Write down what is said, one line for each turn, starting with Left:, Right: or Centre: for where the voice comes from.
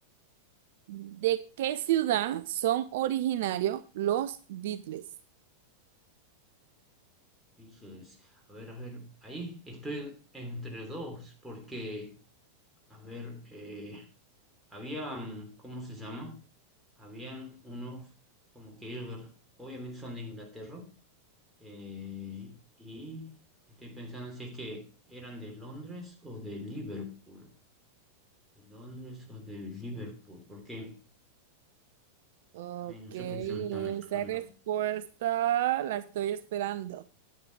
Right: ¿De qué ciudad son originarios los Beatles?
Centre: Pixels. A ver, a ver. Ahí estoy entre dos, porque, a ver, eh, habían, ¿cómo se llama? Habían unos, como que ellos, obviamente son de Inglaterra, eh, y estoy pensando si es que eran de Londres o de Liverpool. De Londres o de Liverpool, porque,
Right: Ok,
Centre: ay, no sé
Right: esa
Centre: por qué se me está mezclando.
Right: respuesta la estoy esperando.